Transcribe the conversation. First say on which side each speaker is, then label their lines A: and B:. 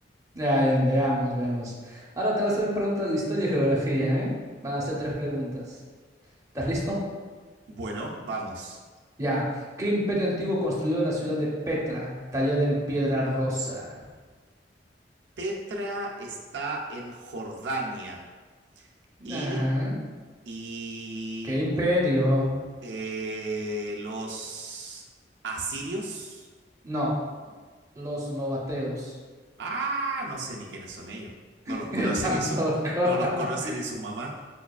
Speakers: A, on the right (about 20°); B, on the right (about 80°).
A: Ya, bien, veamos, veamos. Ahora te voy a hacer preguntas de historia y geografía, ¿eh? Van a hacer tres preguntas. ¿Estás listo?
B: Bueno, vamos.
A: Ya. ¿Qué imperio antiguo construyó la ciudad de Petra, tallada en piedra rosa?
B: Petra está en Jordania y,
A: Ajá.
B: y
A: ¿Qué imperio?
B: po- eh, los asirios.
A: No, los novateos.
B: Ah, no sé ni quiénes son ellos. No
A: <laughs>
B: los conoce
A: Yo tampoco.
B: ni su, no los conoce
A: <laughs>
B: ni su mamá.